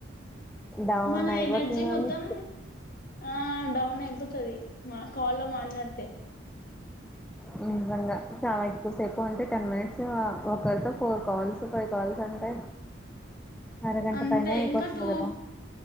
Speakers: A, in the centre; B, on the left.
A: డౌన్
B: మన
A: అయిపోతున్నాను
B: ఎనర్జీ మొత్తం ఆ డౌన్ అయిపోతది నా క్ ఫోన్ లో మాట్లాడితే
A: ని నిజంగా చాలా ఎక్కువసేపు ఉంటే టెన్ మినిట్స్ ఒకరితో ఫోర్ కాల్స్ ఫైవ్ కాల్స్ అంటే అరగంట
B: అంతే
A: పైనే అయిపోతుంది
B: ఇంకా టూ
A: కదా